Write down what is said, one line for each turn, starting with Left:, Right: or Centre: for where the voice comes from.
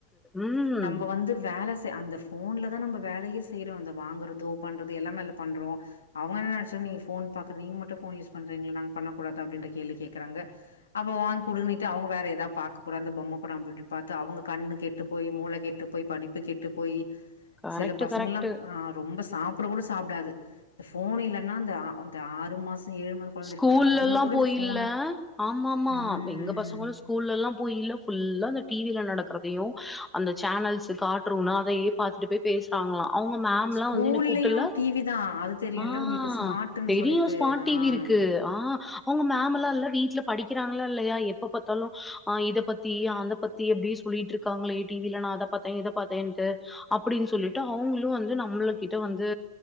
Centre: ம்
Left: நம்ம வந்து வேல அந்த ஃபோன்ல தா நம்ம வேலையே செய் செய்யறோ வாங்கறதோ பண்றது எல்லாமே அதுல பண்றோ அவங்க என்ன நெனச்சாங்க நீங் ஃபோன் பாக்ற நீங்க மட்டு ஃபோன் யூஸ் பண்றீங்களா நாங்க பண்ணக்கூடாதா அப்படின்ற கேள்வி கேக்கறாங்க அப்ப வாங்க குடுன்னிட்டு அவங்க வேற எது அதா பாக் கூடாந்த பொம்மை படம் அப்படி பாத்து அவங்க கண்ணு கெட்டு போயி மூள கெட்டு போயி படிப்பு கெட்டு போயி
Centre: கரெக்ட்
Left: சில பசங்கல்லா
Centre: கரெக்ட்
Left: க ரொம்ப சாப்பட கூட சாப்டாது இந்த ஃபோன் இல்லன்னா அந்த ஆறு அந்த ஆறு மாச ஏழு கொழந்த
Centre: ஸ்கூல்ல
Left: இருக் பாரு அதுங்க
Centre: எல்லா
Left: கூட
Centre: போயில்ல
Left: இந்த ஃபோன
Centre: ஆமாமா
Left: ம்
Centre: எங்க பசங்களு ஸ்கூல்ல எல்லா போயில்ல ஃபுல்லா அந்த டி வி ல நடக்கிறதையு அந்த சேனல்ஸ் காட்ரூன்னா அதையே பாத்துட்டு போய் பேசுறாங்களா அவங்க மேம்லா
Left: ஸ்கூல்லயு
Centre: வந்து என்ன கூப்ட்டுல்ல
Left: டி வி தா அது தெரியுல்ல
Centre: ஆ
Left: உங்களுக்கு ஸ்மார்ட்ன்னு
Centre: தெரியு
Left: சொல்லிட்டு
Centre: ஸ்மார்ட்
Left: ஆஹ்
Centre: டிவி இருக்கு ஆஹ் அவங்க மேமல்லா இல்ல வீட்டுல படிக்கிறாங்களா இல்லையா எப்ப பார்த்தாலும்ஹ் இத பத்தி அத பத்தி எப்படியே சொல்லிட்டு இருக்காங்களே டிவில நான் அத பாத்தேன் இத பாத்தேன்ட்டு அப்படின்னு சொல்லிட்டு அவங்களும் வந்து நம்மள கிட்ட வந்து